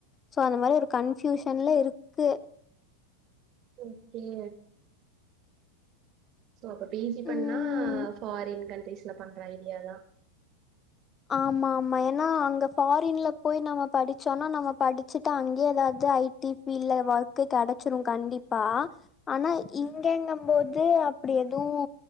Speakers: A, on the left; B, on the right.
A: சோ அந்த மாதிரி ஒரு கன்ஃயூஷன்ல இருக்கு
B: ஓகே சோ அப்ப பி ஜி பண்ணா
A: ம்
B: ஃபாரின் கண்ட்ரிஸ்ல பண்ற ஐடியாதான்
A: ஆமா ஆமா ஏன்னா அங்க ஃபாரின்ல போய் நம்ம படிச்சோம்னா நம்ம படிச்சுட்டு அங்கே ஏதாவது ஐடி பீல்ட்ல ஒர்க்க கெடைச்சிரும் கண்டிப்பா ஆனா
B: ம்
A: இங்கெங்க போது அப்டி எதுவு